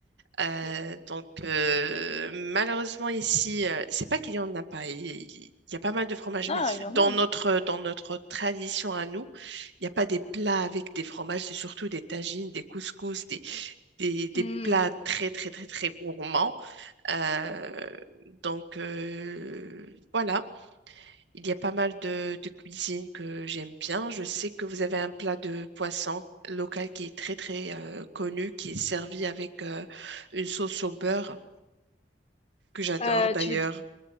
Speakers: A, on the right; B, on the left.
A: Euh,
B: Mmh.
A: donc euh, malheureusement ici, euh, c'est pas qu'il y en a pas. Il il- y a pas mal de fromages,
B: Il y
A: mais
B: en a, il y en
A: dans
B: a,
A: notre
B: non?
A: dans notre tradition à nous, il n'y a pas des plats avec des fromages. C'est surtout des tagines, des couscous, des des, des
B: Mmh.
A: plats très très très très gourmands. Euh, donc euh, voilà. Il y a pas mal de, de cuisine que j'aime bien. Je sais que vous avez un plat de poisson local qui est très très euh, connu, qui est servi avec euh, une sauce au beurre que j'adore
B: Heu,
A: d'ailleurs.
B: tu veux d